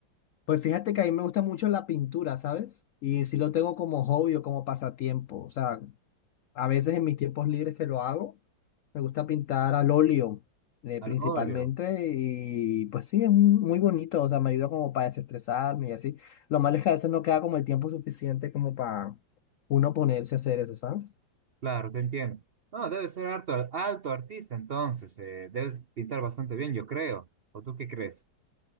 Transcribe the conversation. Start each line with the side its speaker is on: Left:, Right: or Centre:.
Left: Pues fíjate que a mí me gusta mucho la pintura, ¿sabes? Y sí lo tengo como hobby o como pasatiempo. O sea, a veces en mis tiempos libres que lo hago, me gusta pintar al óleo, eh,
Right: Al
Left: principalmente.
Right: óleo.
Left: Y pues sí, es muy bonito. O sea, me ayuda como para desestresarme y así. Lo malo es que a veces no queda como el tiempo suficiente como para uno ponerse a hacer eso, ¿sabes?
Right: Claro, te entiendo. No, debe ser alto, alto artista, entonces, eh, debes pintar bastante bien, yo creo. ¿O tú qué crees?